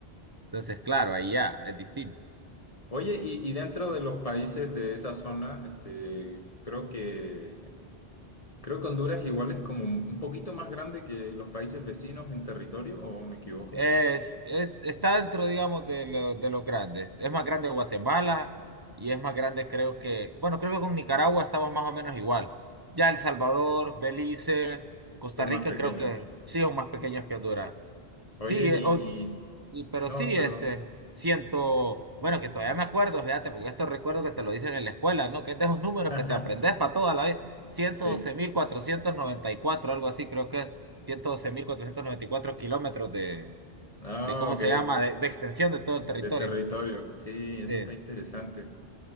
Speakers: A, on the right (about 30°); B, on the left (about 35°).
A: entonces, claro, ahí ya es distinto.
B: Oye, y, y dentro de los países de esa zona, este, creo que, creo que Honduras igual es como un un poquito más grande que los países vecinos en territorio, ¿o me equivoco?
A: Es, es, está dentro, digamos, de, lo- de los grandes. Es más grande Guatemala y es más grande, creo que, bueno, creo que con Nicaragua estamos más o menos igual. Ya El Salvador, Belice, Costa
B: Son más
A: Rica,
B: pequeños.
A: creo que sí, son más pequeños que Honduras.
B: Oye,
A: Sí, eh,
B: y,
A: o-
B: y...
A: y- pero
B: No,
A: sí,
B: perdón.
A: este, siento, bueno, que todavía me acuerdo, fíjate, porque esto recuerdo que te lo dicen en la escuela, ¿no? Que es de esos números
B: <laughs>
A: que te aprendes para toda la vida. ciento
B: Sí.
A: doce mil cuatrocientos noventa y cuatro algo así, creo que es 112.494 kilómetros de
B: Ah,
A: de cómo
B: ok.
A: se llama, de, de extensión de todo el territorio.
B: De territorio. Sí, eso
A: Sí,
B: está interesante.